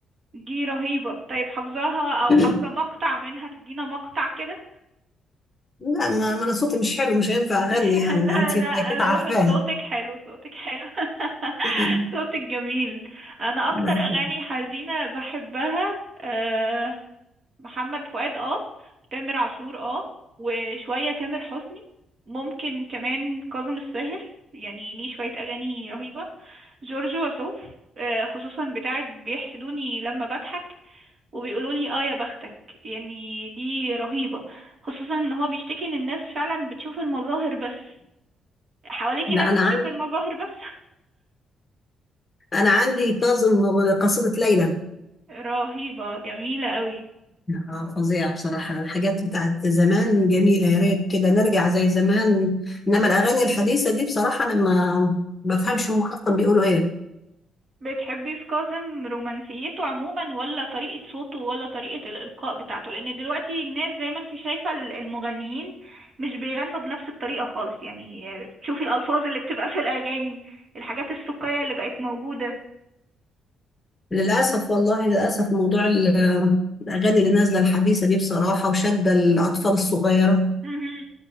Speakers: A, on the right; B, on the left.
A: دي رهيبة طيب حافظاها او
B: <clears throat>
A: حافظة مقطع منها تدينا مقطع كده
B: لا ما ما انا صوتي مش حلو مش هينفع اغني
A: <laughs>
B: يعني ما
A: لا
B: انت
A: لا
B: اكيد
A: روح
B: عارفاه
A: صوتك حلو صوتك حلو <laughs>
B: لا،
A: صوتك جميل انا اكتر
B: الله يخليك
A: اغاني حزينة بحبها أه محمد فؤاد اه تامر عاشور اه وشوية تامر حسني ممكن كمان كاظم الساهر يعني ليه شوية أغاني رهيبة جورج وسوف آه، خصوصا بتاعت بيحسدوني لما بضحك وبيقولوا لي اه يا بختك يعني دي رهيبة خصوصا ان هو بيشتكي ان الناس فعلا بتشوف المظاهر بس حواليكي
B: لا
A: ناس
B: انا
A: بتشوف المظاهر بس
B: انا عندي كاظم قصيدة ليلى
A: <laughs> رهيبة جميلة قوي
B: آه، فظيعة بصراحة الحاجات بتاعت زمان جميلة يا ريت كده نرجع زي زمان انما الاغاني الحديثة دي بصراحة انا ما ما بفهمش هم اصلا بيقولوا ايه
A: بتحبي في كاظم رومانسيته عموما ولا طريقة صوته ولا طريقة الإلقاء بتاعته لأن دلوقتي الناس زي ما انتي شايفة ال- المغنيين مش بيغنوا بنفس الطريقة خالص يعني تشوفي الألفاظ اللي بتبقى في الأغاني الحاجات السوقية اللي بقت موجودة
B: للاسف والله للاسف موضوع ال- الاغاني اللي نازلة الحديثة دي بصراحة وشادة الاطفال الصغيرة
A: مهم.